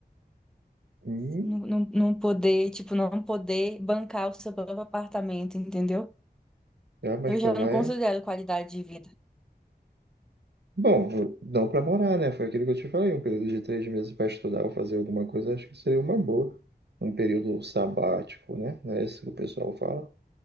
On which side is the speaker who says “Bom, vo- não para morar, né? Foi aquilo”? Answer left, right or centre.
Right